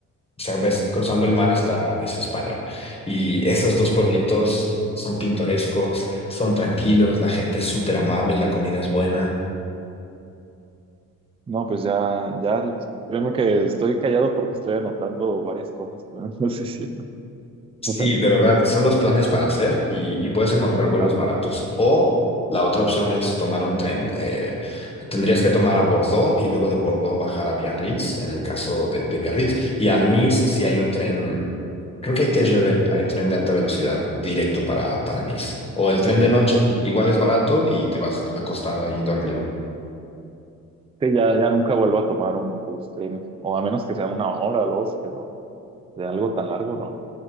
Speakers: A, on the left (about 20°); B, on the right (about 20°).
A: sea, ves, cruzando el mar está, es España. Y esos dos pueblitos son pintorescos, son tranquilos, la gente es súper amable, la comida es buena.
B: No, pues ya, ya, créeme que estoy callado porque estoy anotando varias cosas que me estás diciendo.
A: Sí,
B: <laughs>
A: de verdad, son los planes para hacer y, y puedes encontrar
B: Ajá.
A: vuelos baratos. O la otra opción es tomar un tren. Eh, tendrías que tomar a Bordeaux y luego de Bordeaux bajar a Biarritz, en el caso de, de Biarritz. Y a Nice sí hay un tren, creo que hay TGV, hay tren de alta velocidad directo para, para Nice. O el tren de noche,
B: Sí,
A: igual es barato y te vas acostado ahí dormido.
B: ya, ya nunca vuelvo a tomar un bus, créeme. O a menos que sea una hora dos, pero de algo tan largo no.